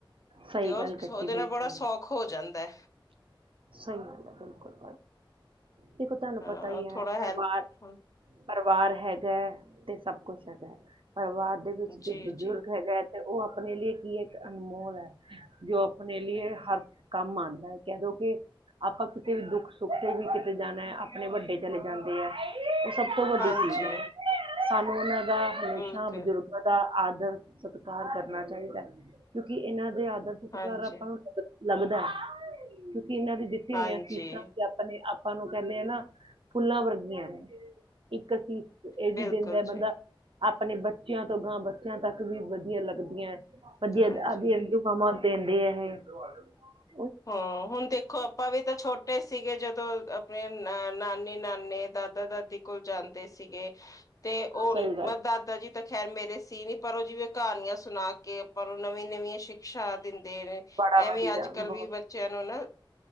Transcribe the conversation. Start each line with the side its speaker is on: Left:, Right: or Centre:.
Right: ਸਹੀ
Left: ਤੇ ਉਹ
Right: ਗੱਲ ਕੱਟੀ
Left: ਉਹਦੇ ਨਾਲ
Right: ਬਿਲਕੁਲ
Left: ਬੜਾ ਸੌਖ ਹੋ ਜਾਂਦੈ।
Right: ਸਹੀ ਗੱਲ ਐ ਬਿਲਕੁਲ ਦੇਖੋ ਤੁਹਾਨੂੰ
Left: ਹਾਂ
Right: ਪਤਾ ਹੀ
Left: ਥੋੜਾ
Right: ਐ ਪਰਿਵਾਰ
Left: ਹੈਲਪ
Right: ਪਰਿਵਾਰ ਹੈਗਾ ਐ ਤੇ ਸਭ ਕੁਛ ਹੈਗੇ ਪਰਿਵਾਰ ਦੇ ਵਿੱਚ
Left: ਜੀ
Right: ਜੇ ਬਜ਼ੁਰਗ
Left: ਜੀ
Right: ਹੈਗਾ ਤੇ ਉਹ ਆਪਣੇ ਲਈ ਕੀ ਇੱਕ ਅਨਮੋਲ ਐ ਜੋ ਆਪਣੇ ਲਈਏ ਹਰ ਕੰਮ ਆਂਦਾ ਹੈ ਕਹਿਦੋ ਆਪਾਂ ਕਿਤੇ ਵੀ ਦੁੱਖ ਸੁੱਖ ਤੇ ਵੀ ਕਿਤੇ ਜਾਣਾ ਹੈ ਆਪਣੇ ਵੱਡੇ ਚਲੇ ਜਾਂਦੇ ਹੈ ਸਭ ਤੋਂ ਵੱਡੀ
Left: ਹਾਂਜੀ
Right: ਚੀਜ਼ ਹੈ ਸਾਨੂੰ ਉਹਨਾਂ ਦਾ ਹਮੇਸ਼ਾ
Left: ਬਿਲਕੁਲ
Right: ਬਜ਼ੁਰਗਾਂ ਦਾ ਆਦਰ ਸਤਿਕਾਰ ਕਰਨਾ ਚਾਹੀਦਾ ਕਿਉਂਕਿ ਇਹਨਾਂ ਦੇ ਆਦਰ ਸਤਿਕਾਰ
Left: ਹਾਂਜੀ
Right: ਆਪਾਂ ਨੂੰ ਲੱਗਦਾ ਹੈ ਕਿਉਂਕਿ ਇਹਨਾਂ ਦੇ ਦਿੱਤੀ
Left: ਹਾਂਜੀ
Right: ਹੋਏਆਂ ਸਿਸਾਂ ਵੀ ਆਪਣੇ ਆਪ ਆਪਾਂ ਨੂੰ ਕਹਿੰਦੇ ਆ ਨਾ ਫੁੱਲਾਂ ਵਰਗੀਆਂ ਨੇ ਇੱਕ ਇਹ ਵੀ ਦੇ ਵੀ
Left: ਬਿਲਕੁਲ
Right: ਦੇਂਦਾ ਹੈ
Left: ਜੀ
Right: ਬੰਦਾ, ਆਪਣੇ ਬੱਚਿਆਂ ਤੋਂ ਗਾਂ ਬੱਚਿਆਂ ਤੱਕ ਵੀ ਵਧੀਆ ਲੱਗਦਾ। ਵਧੀਆ
Left: ਹਾਂਜੀ
Right: ਆ, ਦੁਆ ਮਾਂ ਬਾਪ ਦੇਂਦੇ ਐ ।
Left: ਹਾਂ ਹੁਣ ਦੇਖੋ ਆਪਾਂ ਵੀ ਤਾਂ ਛੋਟੇ ਸੀਗੇ, ਜਦੋਂ ਆਪਣੇ ਅ ਨਾਨੀ ਨਾਨੇ, ਦਾਦਾ ਦਾਦੀ ਕੋਲ, ਜਾਂਦੇ ਸੀਗੇ। ਤੇ ਉਹ
Right: ਸਹੀ ਗੱਲ
Left: ਮੈਂ ਦਾਦਾ ਜੀ ਤਾਂ ਖੈਰ ਮੇਰੇ ਸੀ ਨੀ, ਪਰ ਔਹ ਜਿਵੇਂ ਕਹਾਣੀਆਂ ਸੁਣਾ ਕੇ, ਆਪਾਂ ਉਹ ਨਵੀਂ ਨਵੀਆਂ ਸ਼ੀ ਦਿੰਦੇ ਨੇ,
Right: ਬੜਾ
Left: ਐਵੇਂ
Right: ਵਧੀਆ
Left: ਅੱਜ ਕੱਲ੍ਹ
Right: ਬਹੁਤ
Left: ਵੀ ਬੱਚਿਆਂ ਨੂੰ ਨਾ